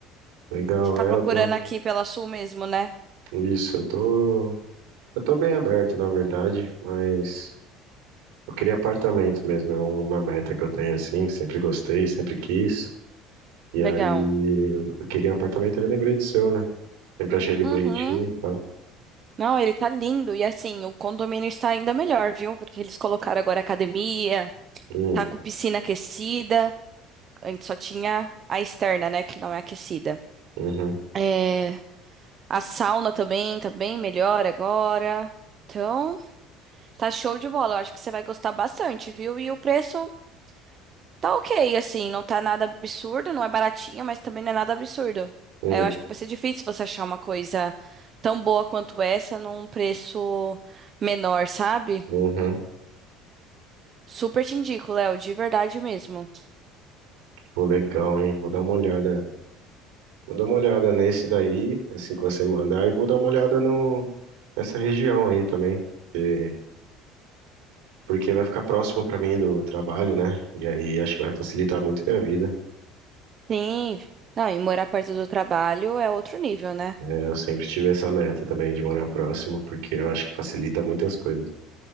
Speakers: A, on the right; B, on the right.
A: Legal,
B: Você tá
A: Elton.
B: procurando aqui pela Sul mesmo, né?
A: Isso, eu tô, eu tô bem aberto, na verdade, mas eu queria apartamento mesmo. É uma meta que eu tenho assim, sempre gostei, sempre quis. E
B: Legal.
A: aí eu eu queria um apartamento, aí eu lembrei do seu, né? Sempre achei ele
B: Uhum.
A: bonitinho e tal.
B: Não, ele tá lindo. E assim, o condomínio está ainda melhor, viu? Porque eles colocaram agora academia,
A: Hum,
B: tá com piscina aquecida. Antes só tinha a externa, né? Que não é aquecida.
A: uhum,
B: É, a sauna também tá bem melhor agora. Então, tá show de bola. Eu acho que você vai gostar bastante, viu? E o preço Tá ok, assim, não tá nada absurdo, não é baratinho, mas também não é nada absurdo.
A: hum,
B: É, Eu acho que vai ser difícil você achar uma coisa tão boa quanto essa num preço menor, sabe?
A: uhum.
B: Super te indico, Léo, de verdade mesmo.
A: Pô, legal, hein? Vou dar uma olhada. Vou dar uma olhada nesse daí, assim que você mandar, e vou dar uma olhada no nessa região aí também, porque, porque vai ficar próximo pra mim do trabalho, né? E aí acho que vai facilitar muito minha vida.
B: Sim. Não, e morar perto do trabalho é outro nível, né?
A: É, eu sempre tive essa meta também de morar próximo, porque eu acho que facilita muitas coisas.